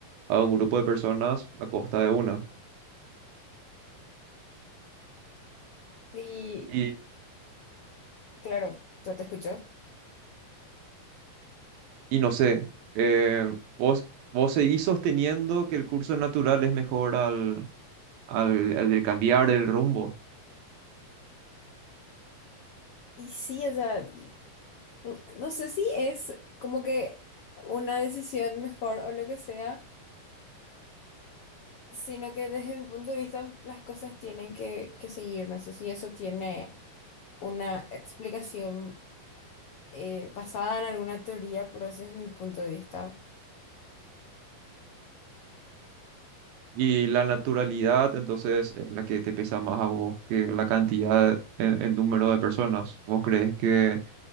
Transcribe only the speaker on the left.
Sí,
Claro, ya te escucho.
Y sí, o sea, n- no sé si es como que una decisión mejor o lo que sea, sino que desde mi punto de vista las cosas tienen que, que seguir. No sé si eso tiene una explicación eh, basada en alguna teoría, pero ese es mi punto de vista.